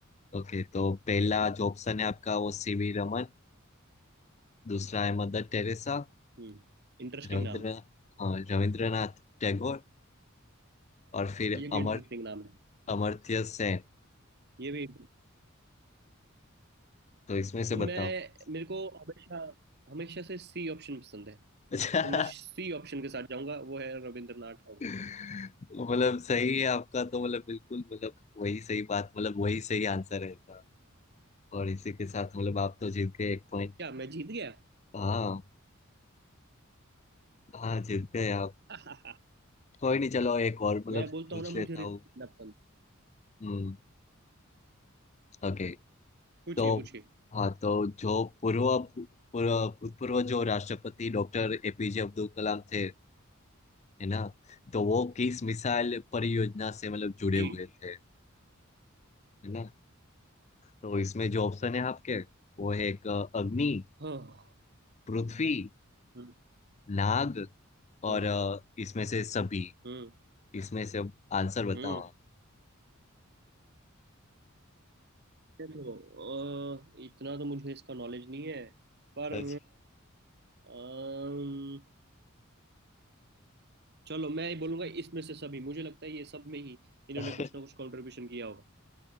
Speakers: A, on the left; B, on the right.
A: ओके तो पहला जो ऑप्शन है आपका वो सीवी रमन दूसरा है मदर टेरेसा
B: हम्म इंटरेस्टिंग
A: रविंद्र
B: नाम है
A: हाँ रविंद्रनाथ टैगोर और फिर
B: ये
A: अमर
B: भी इंटरेस्टिंग नाम है
A: अमर्त्य सेन
B: ये भी
A: तो इसमें से
B: तो मैं
A: बताओ <laughs>
B: मेरे को हमेशा हमेशा से सी ऑप्शन पसंद है
A: अच्छा
B: तो मैं सी ऑप्शन के साथ जाऊंगा वो है रविंद्रनाथ टैगोर
A: तो मतलब सही है आपका तो मतलब बिल्कुल मतलब वही सही बात मतलब वही सही आंसर है इसका और इसी के साथ मतलब आप तो जीत गए एक पॉइंट
B: क्या मैं जीत गया
A: हाँ हाँ जीत गए आप
B: <laughs>
A: कोई नहीं चलो एक और मतलब
B: मैं बोलता
A: पूछ
B: हूँ ना
A: लेता
B: मुझे रिस्क
A: हूँ
B: लेना पसंद
A: हम्म ओके
B: पूछिए
A: तो
B: पूछिए
A: हाँ तो जो पूर्व पूर्व भूतपूर्व जो राष्ट्रपति डॉक्टर एपीजे अब्दुल कलाम थे है ना तो वो किस मिसाइल परियोजना से मतलब जुड़े
B: जी
A: हुए थे है ना तो इसमें जो ऑप्शन है आपके वो है एक अ, अग्नि
B: हाँ
A: पृथ्वी
B: हम्म
A: नाग और
B: हम्म
A: अ, इसमें से सभी
B: हम्म
A: इसमें से अब आंसर बताओ
B: हम्म।
A: आप
B: देखो अ, इतना तो मुझे इसका नॉलेज नहीं है पर
A: अच्छा
B: अम, चलो मैं ये बोलूंगा इसमें से सभी मुझे लगता है ये सब में ही इन्होंने
A: <laughs>
B: कुछ ना कुछ कंट्रीब्यूशन किया होगा